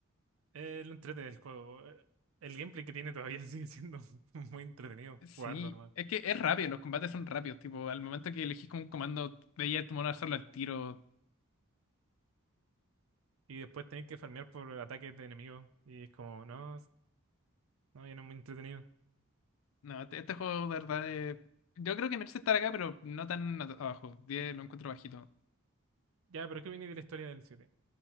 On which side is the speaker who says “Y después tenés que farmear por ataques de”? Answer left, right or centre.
Right